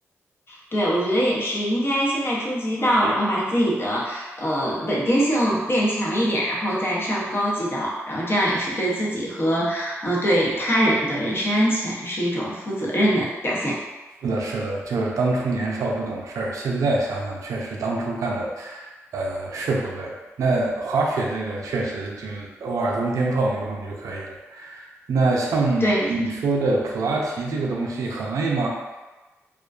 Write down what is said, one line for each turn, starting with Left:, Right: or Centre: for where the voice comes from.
Left: 对，我觉得也是应该现在初级道，然后把自己的呃稳定性练强一点，然后再上高级道，然后这样也是对自己和呃对他人的人身安全是一种负责任的表现。
Right: 是的，是的，就是当初年少不懂事儿，现在想想确实当初干的，呃，是不对。那滑雪这个确实就是偶尔冬天碰一碰就可以了。那像你说的普拉提这个东西很累吗？
Left: 对，